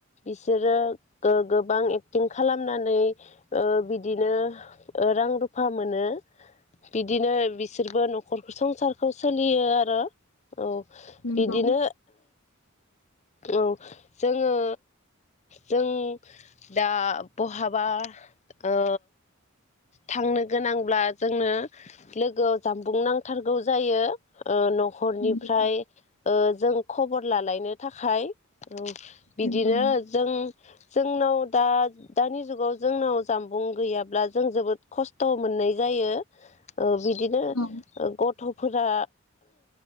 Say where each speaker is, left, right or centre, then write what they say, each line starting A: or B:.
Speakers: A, on the left; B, on the left.
A: इसोरो गो- गोबां एक्टिं खालामनानै ओ बिदिनो ओ रां- रुफा मोनो। बिदिनो बिसोरबो न'खर संसारखौ सोलियो आरो। औ
B: नंगौ
A: बिदिनो औ जोङो जों दा बहाबा ओ थांनो गोनांब्ला जोंनो लोगोआव जामबुं नांथारगौ जायो ओ <unintelligible> हर'निफ्राय
B: नंगौ
A: ओ जों खबर लालायनो थाखाय। औ बिदिनो
B: नंगौ
A: जों जोंनाव दा- दानि जुगाव जोंनाव जामबुं गैयाब्ला जों जोबोद खस्थ' मोनो। मोननाय जायो ओ <unintelligible> बिदिनो
B: औ
A: ओ गथ'फोरा